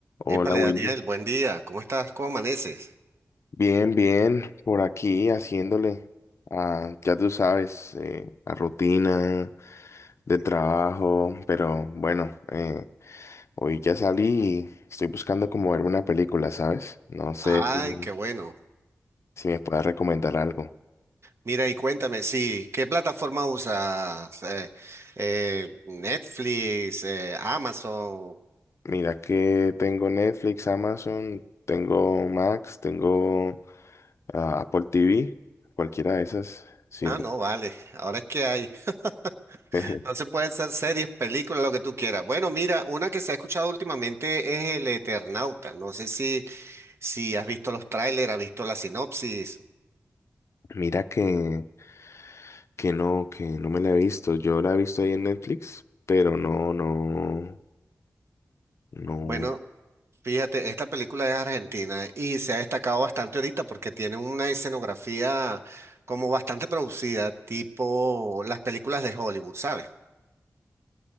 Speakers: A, on the left; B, on the right.
A: Hola,
B: Épale,
A: Wilmer.
B: Daniel, buen día. ¿Cómo estás? ¿Cómo amaneces?
A: Bien, bien, por aquí haciéndole, a, ya tú sabes, eh, a rutina de trabajo, pero bueno, eh, hoy ya salí y estoy buscando como verme una película, ¿sabes? No sé
B: Ay,
A: si,
B: qué bueno.
A: si me puedas recomendar algo.
B: Mira y cuéntame, sí, ¿qué plataforma usas? Eh, eh, Netflix, eh, Amazon.
A: Mira que tengo Netflix, Amazon, tengo Max, tengo ah, Apple TV, cualquiera de esas sirve.
B: Ah, no, vale. Ahora es que hay.
A: <laughs>
B: <laughs> Entonces pueden ser series, películas, lo que tú quieras. Bueno, mira, una que se ha escuchado últimamente es El Eternauta. No sé si, si has visto los trailers, has visto la sinopsis.
A: Mira que Que no, que no me la he visto. Yo la he visto ahí en Netflix, pero no, no, no.
B: Bueno. Fíjate, esta película es argentina y se ha destacado bastante ahorita porque tiene una escenografía como bastante producida, tipo las películas de Hollywood, ¿sabes?